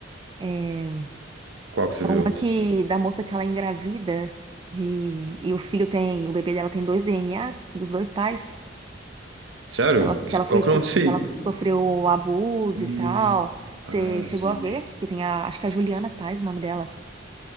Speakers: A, on the right; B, on the right.
A: É,
B: qual que você viu?
A: é uma que, da moça que ela é engravida de, e o filho tem, o bebê dela tem dois DNAs dos dois pais.
B: Sério?
A: que ela, que
B: Que-
A: ela foi,
B: Qual
A: estu-
B: que eu não sei?
A: que ela sofreu abuso
B: Me...
A: e tal. Você
B: Ah,
A: chegou
B: sim.
A: a ver? Que tem a, acho que é a Juliana Paz, o nome dela.